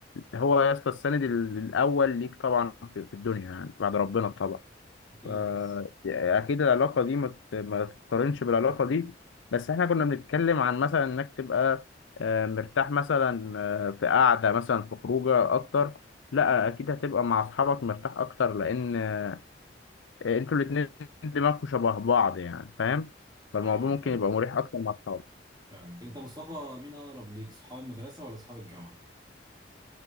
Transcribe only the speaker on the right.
اكيد
يس
ايوه
فاهم
فاهمك انت مصطفى مين اقرب ليك صحاب المدرسه ولا صحاب الجامعه